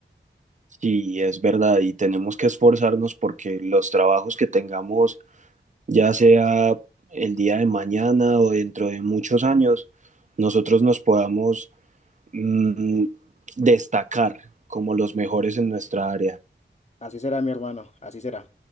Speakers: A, on the right (about 40°); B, on the left (about 35°).
A: Sí, es verdad, y tenemos que esforzarnos porque los trabajos que tengamos, ya sea el día de mañana o dentro de muchos años, nosotros nos podamos mm, destacar como los mejores en nuestra área.
B: Así será, mi hermano, así será.